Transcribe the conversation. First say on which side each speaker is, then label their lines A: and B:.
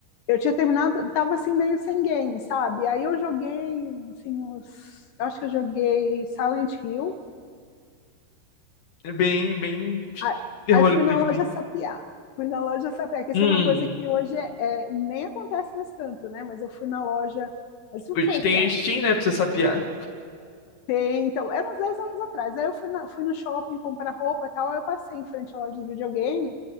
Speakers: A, on the left; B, on the left.
A: eu tinha terminado, tava assim meio sem game, sabe? Aí eu joguei, assim, uns, eu acho que eu joguei Silent Hill,
B: É bem, bem de
A: a-
B: terror
A: aí fui
B: isso
A: na
B: aí também.
A: loja sapiar. Fui na loja sapiar, que isso
B: Hum.
A: é uma coisa que hoje é, é, nem acontece mais tanto, né? Mas eu fui na loja, mas isso
B: hoje
A: foi o
B: Tem
A: que, uns
B: a Steam, né, pra você sapear.
A: 10, então, era uns 10 anos atrás. Aí eu fui, na- fui no shopping comprar roupa e tal, aí eu passei em frente à loja de videogame,